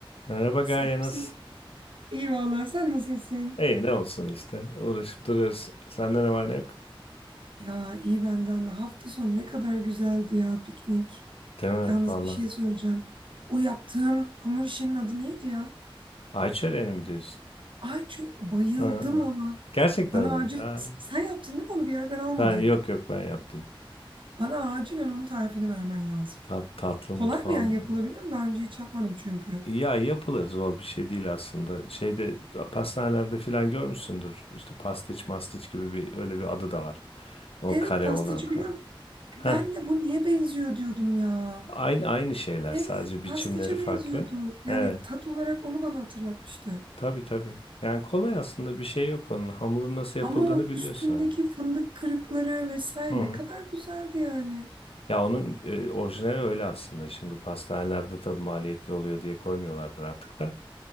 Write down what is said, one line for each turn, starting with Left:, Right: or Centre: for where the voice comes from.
Left: Merhaba Gaye
Right: Selamsın.
Left: nasılsın?
Right: İyi valla sen nasılsın?
Left: İyi ne olsun işte. Uğraşıp duruyoruz. Sende ne var ne yok?
Right: Ya iyi benden de. Hafta sonu ne kadar güzeldi ya piknik.
Left: Değil mi?
Right: Yalnız
Left: Valla.
Right: bir şey söyleyeceğim. O yaptığım hamur işinin adı neydi ya?
Left: Ayça Eren'i mi diyorsun?
Right: Ayçi bayıldım
Left: Ha, ha.
Right: ona.
Left: Gerçekten
Right: Bana
Left: mi?
Right: acil
Left: Ha.
Right: sen yaptın değil mi onu bir yerden almadın.
Left: Ben yok yok ben yaptım.
Right: Bana acilen onun tarifini vermen lazım.
Left: Tat, tatlı mutfağım.
Right: Kolay mı yani yapılabilir
Left: benim.
Right: mi? Daha önce hiç yapmadım çünkü.
Left: Ya yapılır zor bir şey değil aslında. Şeyde pastanelerde filan görmüşsündür. İşte pastiç mastiç gibi bir öyle bir adı da var. O
Right: Evet
Left: kare
Right: pastiçi
Left: olan. Ha.
Right: biliyorum.
Left: Ha.
Right: Ben de bu niye benziyor diyordum ya.
Left: Aynı aynı şeyler
Right: Evet
Left: sadece biçimleri
Right: pastiçe
Left: farklı.
Right: benziyordu. Yani
Left: Evet.
Right: tat olarak onu bana hatırlatmıştı.
Left: Tabii tabii. Yani kolay aslında bir şey yok onun. Hamurun nasıl yapıldığını
Right: Ama o
Left: biliyorsun.
Right: üstündeki
Left: ha.
Right: fındık kırıkları vesaire
Left: Hı hı.
Right: ne kadar güzeldi yani.
Left: Ya onun e, orijinali öyle aslında. Şimdi pastanelerde tabii maliyetli oluyor diye koymuyorlardır artık da.